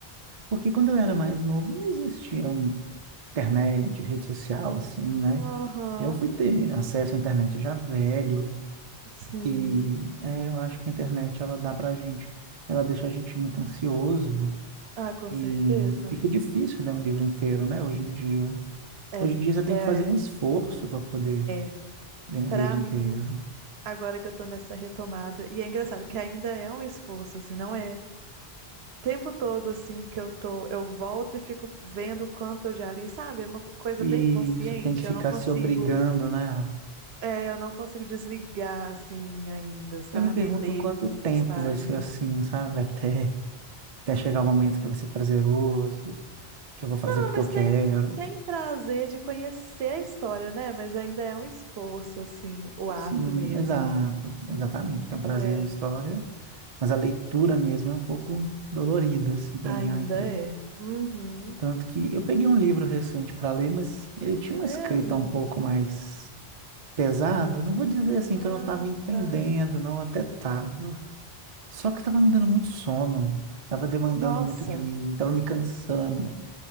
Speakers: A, on the right; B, on the right.
A: porque quando eu era mais novo não existia internet, rede social assim, né?
B: aham,
A: Eu fui ter acesso à internet já velho
B: sim.
A: e é, eu acho que a internet ela dá pra gente, ela deixa a gente muito ansioso
B: Ah, com
A: E
B: certeza.
A: fica difícil ler um livro inteiro, né, hoje em dia.
B: É,
A: Hoje em dia você tem
B: é,
A: que fazer um esforço para poder
B: é.
A: ler um
B: Pra
A: livro inteiro.
B: mim, agora que eu tô nessa retomada, e é engraçado que ainda é um esforço, assim, não é. O tempo todo, assim, que eu tô, eu volto e fico vendo o quanto eu já li, sabe? É uma co- coisa
A: E
B: bem consciente,
A: você tem que ficar
B: eu não consigo.
A: se obrigando, né?
B: É, eu não consigo desligar assim ainda, sabe?
A: Eu me pergunto
B: E Ler
A: quanto
B: muitas
A: tempo
B: páginas.
A: vai ser assim, sabe? Até, até chegar o momento que vai ser prazeroso, que eu vou fazer
B: Ah,
A: porque
B: mas
A: eu quero.
B: tem, tem prazer de conhecer a história, né? Mas ainda é um esforço, assim, o ato
A: Sim,
B: mesmo.
A: exato, exatamente. Tem o prazer
B: É.
A: da história, mas a leitura mesmo é um pouco dolorida, assim, para
B: Ainda
A: mim ainda.
B: é. Uhum.
A: Tanto que eu peguei um livro recente para ler, mas ele tinha
B: Não
A: uma
B: É mesmo?
A: escrita um pouco mais pesada. Não vou dizer assim que
B: Ah,
A: eu não estava entendendo,
B: tá.
A: não, até estava, Só que estava me dando muito sono, estava demandando
B: Nossa,
A: muito de mim, estava me cansando.